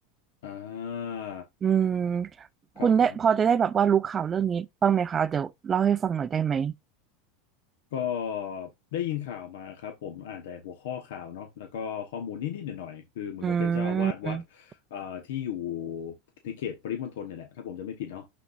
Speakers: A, on the left; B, on the right.
A: อ่า
B: อืมคุณได้พอจะได้แบบว่ารู้ข่าวเรื่องนี้บ้างไหมคะเดี๋ยวเล่าให้ฟังหน่อยได้ไหม
A: ครับผม ก็ได้ยินข่าวมาครับผมอ่านแต่หัวข้อข่าวเนาะแล้วก็ข้อมูลนิดๆหน่อยๆคือเหมือนกับเป็นเจ้าอาวาสวัด
B: อืม
A: อ่าที่อยู่ในเขตปริมณฑลเนี่ยแหละถ้าผมจะไม่ผิดเนาะ